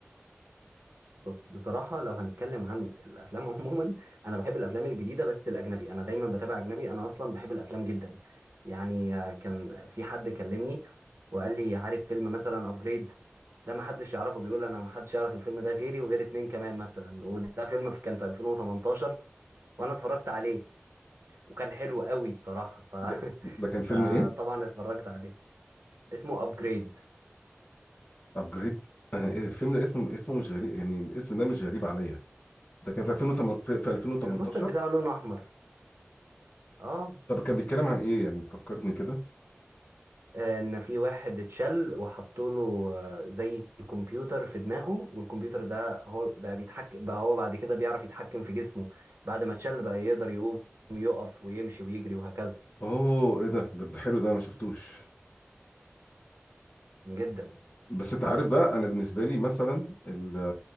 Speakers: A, on the right (about 65°); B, on the left (about 45°).
A: بص بصراحة لو هنتكلم عن الأفلام <laughs> عموما أنا بحب الأفلام الجديدة بس الأجنبي أنا دايما بتابع أجنبي أنا أصلا بحب الأفلام جدا يعني آه، كان في حد كلمني وقال لي عارف فيلم مثلا أبجريد ده ما حدش يعرفه بيقول أنا ما حدش يعرف الفيلم ده غيري وغير اتنين كمان مثلا وده فيلم في- كان في 2018 وأنا اتفرجت عليه وكان حلو قوي بصراحة ف...
B: ده
A: <laughs>
B: ده كان فيلم
A: فطبعا
B: ايه
A: اتفرجت عليه اسمه أبجريد
B: ابجريد انا ايه الفيلم ده اسمه اسمه مش غريب يعني الاسم ده مش غريب عليا ده كان في 2008 في في 2018
A: البوستر بتاعه لونه أحمر اه
B: طب كان بيتكلم عن ايه يعني فكرني كده
A: آه، ان في واحد اتشل وحطوا له آه، زي كمبيوتر في دماغه والكمبيوتر ده هو بقى بيتحكم بقى هو بعد كده بيعرف يتحكم في جسمه بعد ما اتشل بقى يقدر يقوم يقف ويمشي ويجري وهكذا
B: اوه ايه ده ده ده حلو ده أنا ما شفتوش
A: جدا
B: بس انت عارف بقى انا بالنسبه لي مثلا ال-